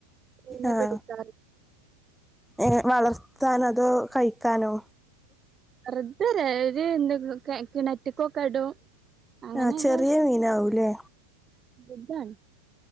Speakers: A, on the right; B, in the centre.
A: മീനെ
B: ആഹ
A: പിടിക്കാറ്
B: ഏ വളർത്താനോ അതോ കഴിക്കാനോ
A: വെറുതല എന്ത കിണറ്റിക്കൊക്കെ ഇടും അങ്ങനെയൊക്കെ
B: ആ ചെറിയ മീന ആവൂല്ലേ
A: ഇതാണ്